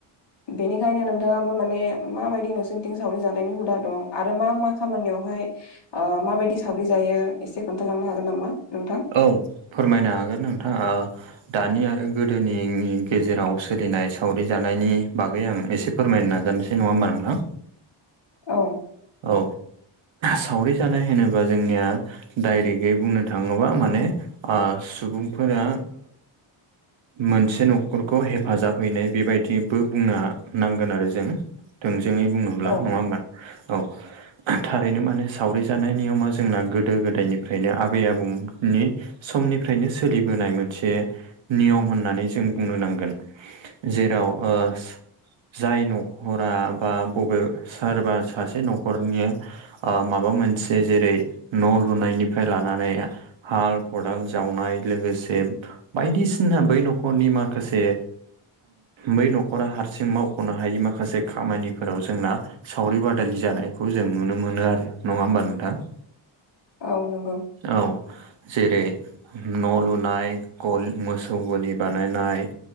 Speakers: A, on the left; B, on the right.
A: बेनिखायनो नोंथाङाबो माने माबायदि नोंसोरथिं सावरि जानायनि हुदा दं आरो मा मा खामानियावहाय ओ माबायदि सावरि जायो एसे खोन्थालांनो हागोन नामा नोंथां?
B: औ फोरमायनो हागोन नोंथां। ओ दानि आरो गोदोनिनि गेजेराव सोलिनाय सावरि जानायनि बागै आं एसे फोरमायनो नाजानोसै नङा होनबा नोंथां।
A: औ
B: औ सावरि जानाय होनोबा जोंनिया डाइरेक्टयै बुंनो थाङो ङोबा माने सुबुंफोरा मोनसे न'खरखौ हेफाजाब हैनाय बेबायदिबो बुंनो नांगोन आरो जों। थोंजोङै बुङोब्ला
A: औ
B: नङा होमबा औ। थारैनो माने सावरि जानाय नियमा जोंना गोदो गोदायनिफ्रायनो आबै आबौ नि समनिफ्रायनो सोलिबोनाय मोनसे नियम होननानै जों बुंनो नांगोन। जेराव ओ जाय न'खरा बा बबे सोरबा सासे न'खरनिया माबा मोनसे जेरै न' लुनायनिफ्राय लानानै हाल खदाल जावनाय, लोगोसे बायदिसिना बै न'खरनि माखासे बै न'खरा हारसिं मावख'नो हायि माखासे खामानिफोराव जोंना सावरि बादालि जानायखौ जों नुनो मोनो आरो नङा होमबा नोंथां।
A: औ नंगौ
B: औ जेरै, न' लुनाय मोसौ गलि बानायनाय